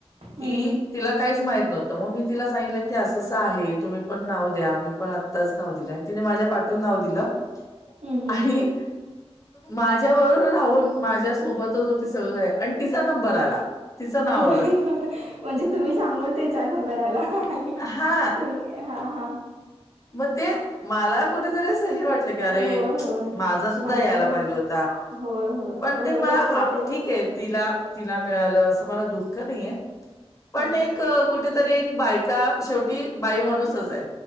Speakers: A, on the right; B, on the left.
A: हम्म
B: ती
A: हम्म
B: तिला काहीच माहित नव्हतं मग मी तिला सांगितलं की असंं आहे तुम्ही पण नाव द्या मी पण त्याच नाव दिलं आणि तिने माझ्या पाठून नाव दिलं
A: हम्म हम्म
B: आणि माझ्याबरोबर राहून माझ्या सोबतच हो ते सगळंय आणि तिचा नंबर आला तिचं नाव
A: आणि
B: आलं
A: म्हणजे तुम्ही सांगून त्याच्या नंबरला आणि
B: हा
A: तुम्ही हा हा
B: म ते मला कुठेतरी असं हे वाटलं की अरे
A: होय होय
B: माझा सुद्धा
A: माझ्या
B: यायला पाहिजे होता
A: होय होय
B: पण
A: बरोबर
B: ते मला
A: आहे सोडा ते
B: ठीक
A: पण
B: आहे तिला तिला मिळालं अस म दुःख नाही पण
A: हा
B: एक कुठेतरी एक बाक का शेवटी बाई माणूसच आहे